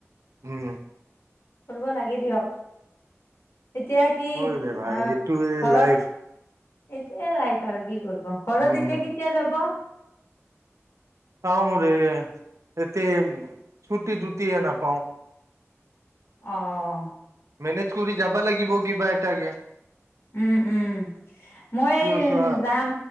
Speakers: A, on the right; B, on the left.
A: উম।
B: কৰিব লাগে দিয়ক। এতিয়া কি?
A: হয় দে ভাই
B: আ,
A: এইটোৱে
B: ঘৰত
A: লাইফ
B: এইটোয়ে লাইফ আৰু কি কৰিব, ঘৰত
A: উম
B: এতিয়া
A: উম
B: কেতিয়া যাব?
A: চাওঁৰে এতিয়া ছুটি, টুটিয়ে নাপাওঁ।
B: অ'।
A: মেনেজ কৰি যাবা লাগিব কিবা এটাকে।
B: উম, উম, মই
A: কিয় চোৱা
B: যাম,